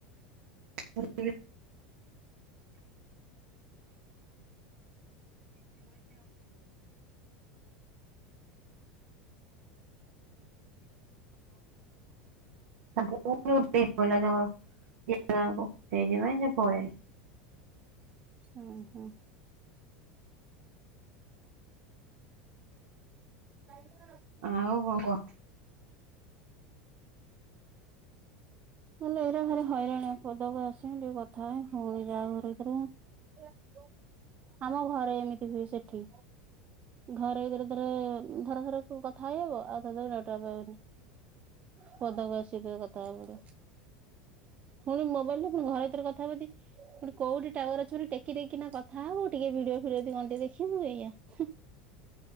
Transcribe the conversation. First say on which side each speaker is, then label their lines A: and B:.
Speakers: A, on the right; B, on the right.
A: ହ <unintelligible> ଠୋଇ ଜ <unintelligible> ଯିବି ଗାଁଙ୍କୁ ସେଇଥି ପାଇଁ ସେ ପଳେଇଲେ।
B: ହୁଁ ହୁଁ। ଖାଇବ।
A: ଆଉ ଭୋଗ।
B: ହେଲେ ଏଇରା ଭାରି ହଇରାଣିଆ। ପଦାକୁ ଆସିମି ଟିକେ କଥା ହେମି ପୁଣି ଯାଆ ଘର ଭିତରକୁ। ଆମ ଘରେ ଏମିତି ହୁଏ ସେଠି। ଘରେ ଏଇଥିରେ ଥରେ ଥରେଥର କଥା ହେଇ ହବ ଆଉ ପଦାକୁ ଆସି କେବେ କଥା ହେଇପଡ଼େ। ପୁଣି ମୋବାଇଲରେ ପୁଣି ଘର ଭିତରେ କଥା ଟିକେ ପୁଣି କୋଉଠି ଟାୱର ଅଛି ବୋଲି ଟେକି ଟେକି କିନା କଥା ହ ବୁ ଟିକେ ଭିଡିଓ ଫିଡିଓ କଣ ଟିକେ ଦେଖିବ ଏଇଆ ହୁଁ।